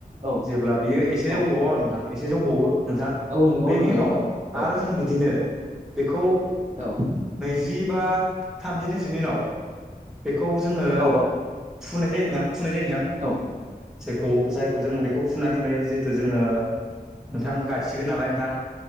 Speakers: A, on the right (about 45°); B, in the centre.
A: औ
B: जेब्ला बियो एसे
A: औ
B: जौबावो आरो नोंथां एसे जौबावो। नोंथां
A: औ नंगौ
B: बेनि
A: नंगौ
B: उनाव
A: औ
B: आरो जों बिदिनो बेखौ।
A: औ।
B: जि बा थामजि दिनसोनि उनाव बेखौ जोङो
A: औ
B: फुनाय जायो नोंथां। फुनाय जायो नोथां
A: औ
B: जायखौ जायखौ जों बेखौ फुनानै बाय जिहेथु जोङो नोंथां गायसिगोन नालाय नोंथां।